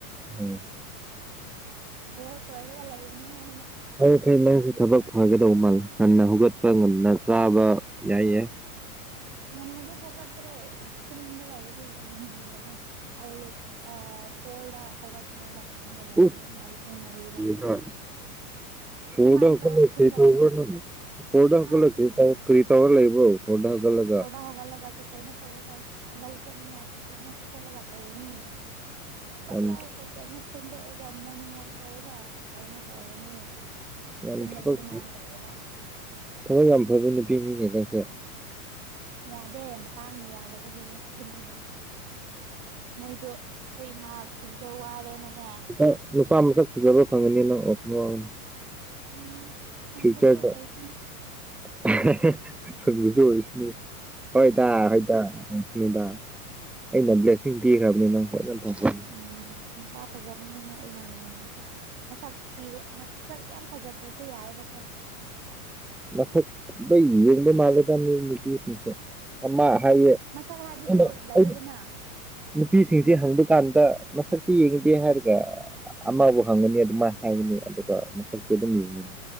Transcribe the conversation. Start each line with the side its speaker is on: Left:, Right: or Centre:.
Centre: ꯎꯝ
Right: ꯕꯣꯁ ꯑꯣꯏꯔꯒ ꯂꯩꯕꯅꯦ ꯑꯩꯅ
Centre: ꯐꯔꯦ ꯐꯩ ꯅꯪꯁꯦ ꯊꯕꯛ ꯐꯒꯗꯧꯕ ꯃꯥꯜꯂꯦ ꯉꯟꯅ ꯍꯧꯒꯠꯄ ꯉꯟꯅ ꯆꯥꯕ ꯌꯥꯏꯌꯦ
Right: ꯉꯟꯅꯗꯤ ꯍꯧꯒꯠꯇ꯭ꯔꯦ ꯏ ꯈꯨꯟꯗ ꯂꯩꯔꯗꯤ ꯉꯟꯕꯅꯦ ꯑꯦꯠ ꯂꯤꯁꯠ ꯑꯥ ꯐꯣꯔꯗ ꯍꯧꯒꯠꯄꯅꯦꯕ ꯈꯨꯟꯗ ꯂꯩꯔꯗꯤ
Centre: ꯎ
Right: ꯃꯥꯗꯤ ꯄꯨꯡ ꯃꯔꯤꯗ
Centre: <unintelligible> ꯐꯣꯔꯗ
Right: ꯑꯗꯨꯃꯥꯏꯅ
Centre: ꯍꯧꯒꯠꯂ
Right: ꯇꯧꯋꯦ ꯈꯨꯟꯗ
Centre: ꯀꯔꯤ ꯇꯧꯕ꯭ꯔꯥ
Right: ꯂꯩꯔꯗꯤ
Centre: ꯅꯪ ꯐꯣꯔꯗ
Right: ꯍꯥ
Centre: ꯍꯧꯒꯠꯂ ꯀꯔꯤ ꯇꯧ ꯀꯔꯤ ꯇꯧꯔ ꯂꯩꯕ꯭ꯔꯣ ꯐꯣꯔꯗ ꯍꯧꯒꯠꯂ
Right: ꯐꯣꯔꯗ ꯍꯧꯒꯠꯂꯒ ꯀꯩꯀꯩꯅꯣ ꯇꯧꯔꯒ ꯂꯧ ꯆꯠꯅꯤꯡꯉꯥꯏ ꯀꯩꯀꯩꯅꯣ ꯈꯣꯠꯂꯒ ꯇꯧꯕꯅꯤ ꯍꯧꯒꯠꯂ
Centre: ꯌꯥꯝ
Right: ꯀꯩꯀꯩꯅꯣ ꯁꯦꯡꯗꯣꯛꯔꯒ ꯃꯣꯔꯅꯤꯡ ꯋꯥꯛ ꯇꯧꯔꯒ ꯀꯩꯅꯣ ꯇꯧꯔꯅꯤ
Centre: ꯌꯥꯝ
Right: ꯈꯨꯟꯗꯗꯤ
Centre: ꯊꯕꯛ
Right: ꯑꯗꯨꯃꯥꯏꯅ ꯇꯧꯋꯦꯕ
Centre: ꯊꯕꯛ ꯌꯥꯝ ꯐꯕ ꯅꯨꯄꯤꯅꯤꯅꯦ ꯅꯪꯁꯦ
Right: ꯌꯥꯗꯦ ꯃꯇꯥꯡꯅ ꯌꯥꯗꯕꯒꯤꯅꯦ ꯈꯨꯟꯗꯗꯤ ꯃꯣꯏꯗꯣ ꯑꯈꯣꯏ ꯃꯥꯁꯤꯡꯗꯣ ꯋꯥꯔꯦꯅꯅꯦ
Centre: ꯄꯥ ꯅꯨꯄꯥ ꯃꯁꯛ ꯐꯖꯕ ꯐꯪꯉꯅꯤ ꯅꯪ <unintelligible>
Right: ꯎꯝ ꯐꯪꯕꯁꯨ
Centre: ꯐ꯭ꯌꯨꯆꯔꯗ
Right: ꯑꯣꯏꯁꯅꯨ
Centre: <unintelligible> ꯐꯪꯕꯁꯨ ꯑꯣꯏꯁꯅꯨ ꯍꯣꯏꯗꯥ ꯍꯣꯏꯗꯥ ꯅꯨꯗꯥ ꯑꯩꯅ ꯕ꯭ꯂꯦꯁꯤꯡ ꯄꯤꯈ꯭ꯔꯕꯅꯦ ꯅꯪ ꯐꯖꯅ <unintelligible>
Right: ꯐꯥ ꯅꯨꯄꯥ ꯐꯖꯕꯅꯤꯅꯦ ꯑꯩꯅ ꯌꯦꯡꯉꯤꯁꯦ ꯃꯁꯛ ꯊꯤꯔ ꯃꯁꯛ ꯌꯥꯝ ꯐꯖꯗ꯭ꯔꯁꯨ ꯌꯥꯏꯌꯦꯕꯀꯣ
Centre: ꯃꯁꯛ ꯂꯣꯏ ꯌꯦꯡꯕ ꯃꯥꯂꯦꯗ ꯅꯣꯏ ꯅꯨꯄꯤꯁꯤꯡꯁꯦ ꯑꯃ ꯍꯥꯏꯌꯦ
Right: ꯐꯨ ꯍꯥꯏꯕꯁꯨ
Centre: ꯑꯩꯅ
Right: ꯂꯩꯌꯦꯗꯅ
Centre: ꯑꯩꯅ ꯅꯨꯄꯤꯁꯤꯡꯁꯦ ꯍꯪꯕ ꯀꯥꯟꯗ ꯃꯁꯛꯇꯤ ꯌꯦꯡꯗꯦ ꯍꯥꯏꯔꯒ ꯑꯃꯕꯨ ꯍꯪꯒꯅꯤ ꯑꯗꯨꯃꯥꯏꯅ ꯍꯥꯏꯒꯅꯤ ꯑꯗꯨꯒ ꯃꯁꯛꯇꯤ ꯑꯗꯨꯝ ꯌꯦꯡꯉꯅꯤ